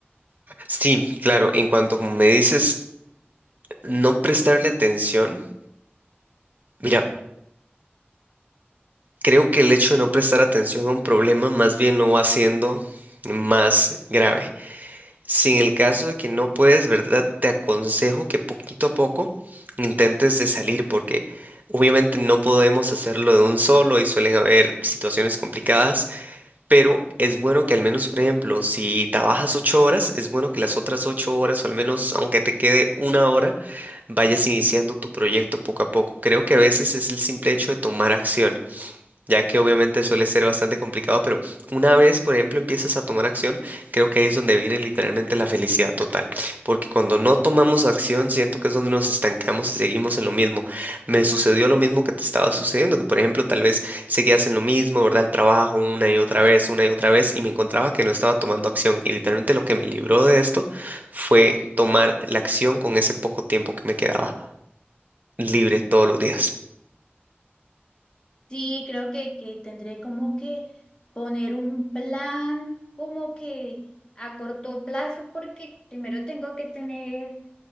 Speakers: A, on the right (about 45°); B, on the left (about 20°).
A: Sí, claro, en cuanto como me dices, no prestarle atención, mira, creo que el hecho de no prestar atención a un problema más bien lo va haciendo más grave. Si en el caso de que no puedes, ¿verdad? Te aconsejo que poquito a poco intentes de salir porque obviamente no podemos hacerlo de un solo y suelen haber situaciones complicadas, pero es bueno que al menos, por ejemplo, si trabajas ocho horas, es bueno que las otras ocho horas o al menos aunque te quede una hora, vayas iniciando tu proyecto poco a poco. Creo que a veces es el simple hecho de tomar acción ya que obviamente suele ser bastante complicado, pero una vez, por ejemplo, empiezas a tomar acción, creo que ahí es donde viene literalmente la felicidad total, porque cuando no tomamos acción, siento que es donde nos estancamos y seguimos en lo mismo. Me sucedió lo mismo que te estaba sucediendo, que por ejemplo, tal vez seguías en lo mismo, ¿verdad? El trabajo una y otra vez, una y otra vez, y me encontraba que no estaba tomando acción, y literalmente lo que me libró de esto fue tomar la acción con ese poco tiempo que me quedaba libre todos los días.
B: Sí, creo que, que tendré como que poner un plan como que a corto plazo porque primero tengo que tener